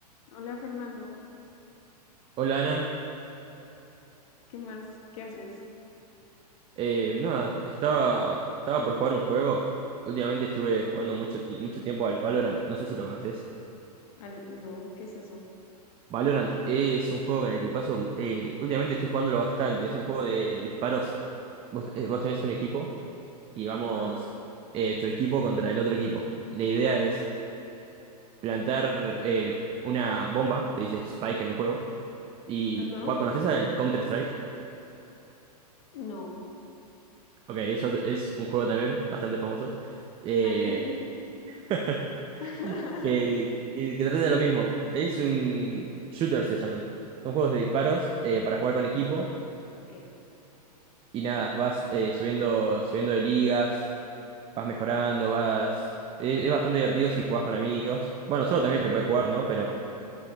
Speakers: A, on the left; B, on the right.
A: Hola Fernando,
B: Hola Ana,
A: ¿qué más? ¿Qué haces?
B: Eh, nada, estaba, estaba por jugar un juego. Últimamente estuve jugando mucho, ti- mucho tiempo al Valorant, no sé si lo conoces.
A: Al- no, ¿qué es eso?
B: Valorant es un juego con el que paso, eh, últimamente estoy jugándolo bastante, es un juego de disparos. Vos, eh, vos tenés un equipo y vamos
A: Ajá.
B: eh, tu equipo contra el otro equipo. La idea es
A: Ah,
B: plantar eh, una bomba, te dice Spike en el juego. Y
A: ajá.
B: Juan, ¿conocés al Counter-Strike?
A: No.
B: Ok, eso es otro- es un juego también bastante famoso. Eh,
A: Ah, ¿qué?
B: <laughs>
A: <laughs>
B: que, que, que trate de lo mismo. Es un shooter, se llaman. Son juegos de disparos eh, para jugar con equipo
A: Ah, ok.
B: y nada, vas eh, subiendo, subiendo de ligas, vas mejorando, vas... Es, es bastante divertido si jugás con amigos. Bueno, solo también
A: Mm,
B: se puede jugar, ¿no? Pero